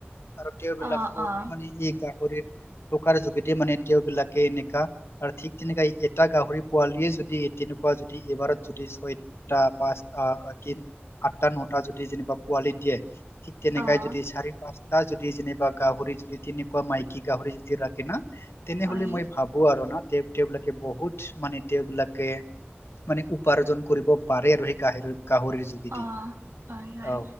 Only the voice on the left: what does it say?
আৰু তেওঁ বিলাকৰ
মানে এই গাহৰিৰ টকাৰ যোগেদি মানে তেওঁ বিলাকে এনেকা আৰু ঠিক তেনেকা এটা গাহৰি পোৱালিয়ে যদি তেনেকুৱা যদি এইবাৰত যদি ছয়টা পাঁচ আ কি আঠটা ন যদি যেনিবা পোৱালি দিয়ে ঠিক তেনেকাই
যদি চাৰি পাঁচটা যদি যে বা গাহৰি যদি তেনেকুৱা মাইকী গাহৰি যদি ৰাখে না তেনেহলে
মই ভাবো আৰু না তেওবিলাকে বহুত মানে তেওঁবিলাকে মানে উপাৰ্জন কৰিব পাৰে আৰু সেই গাহৰিৰ গাহৰি যোগেদি
অ